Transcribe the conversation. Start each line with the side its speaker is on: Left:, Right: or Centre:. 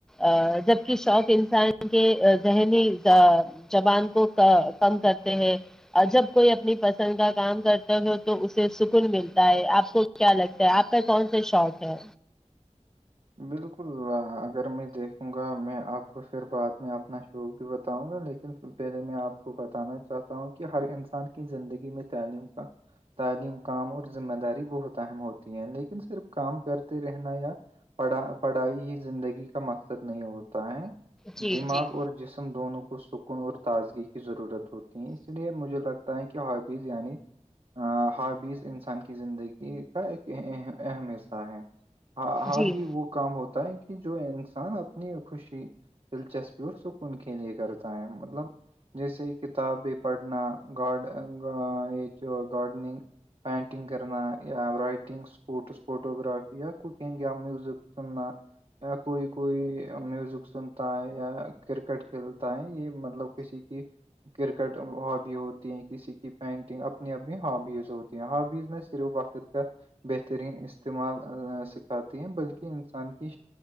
Centre: ا جبک شوق انسان کے ذہنی زبان کو کم کرتے ہیں جب کوئی اپنی پسند کا کام کرتا ہو تو اس سے سکون ملتا ہے آپ کو کیا لگتا ہے آپ کا کون سا شوق ہے
Right: بالکل اگر میں دیکھوں گا میں آپ کو پھر بعد میں اپنا شوق بھی بتاؤں گا لیکن پہلے میں آپ کو بتانا چاہتا ہوں کہ ہر انسان کی زندگی میں تعلیم کا تعلیم کام اور ذمہ داری بہت اہم ہوتی ہے لیکن صرف کام کرتے رہنا یا پڑھا پڑھائی ہی زندگی کا مقصد نہیں ہوتا ہے
Centre: جی
Right: دماغ
Centre: جی
Right: اور جسم دونوں کو سک کن اور تازگی کی ضرورت ہوتی ہے اسی لیے مجھے لگتا ہے کہ ہابیز یعنی ہابیز انسان کی زندگی کا ایک اہم حصہ ہے ہاں ہاں
Centre: جی
Right: بھی وہ کام ہوتا ہے کہ جو انسان اپنی خوشی دلچسپی اور س کن کےنی گتائم مطلب جیسے ہی کتابیں پڑھنا گارڈ یہ جو گارڈننگ پینٹنگ کرنایا رائٹنگ سپوٹس فوٹوگرافی ککنگ یا میز تنا یا کوئی کوئی میوزک سنتا ہے یا کرکٹ کھیلتا ہے یہ مطلب کسی کہ کرکٹ ہابی ہوتی ہیں کسی کی پینٹنگ اپنی اپنی ہابیز ہوتی ہیں ہابیز نے صرف وقت کا بہترین استعمال سکھاتی ہیں بلکہ کہ انسان کی